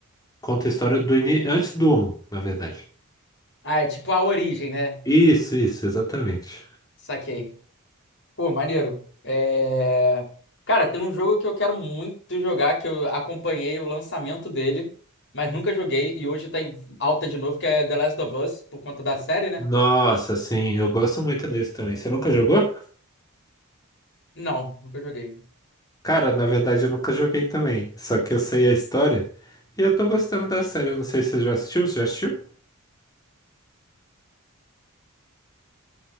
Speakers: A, on the left (about 15°); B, on the left (about 60°).
A: Conta a história do ini... antes do um na verdade.
B: Ah, é tipo a origem, né?
A: Isso, isso, exatamente.
B: Saquei. Pô, maneiro. É... Cara, tem um jogo que eu quero muito jogar, que eu acompanhei o lançamento dele, mas nunca joguei, e hoje tá em alta de novo, que é The Last of Us, por conta da série, né?
A: Nossa, sim, eu gosto muito desse também. Você nunca jogou?
B: Não, nunca joguei.
A: Cara, na verdade eu nunca joguei também, só que eu sei a história e eu tô gostando da série. Eu Não sei se você já assistiu, você já assistiu?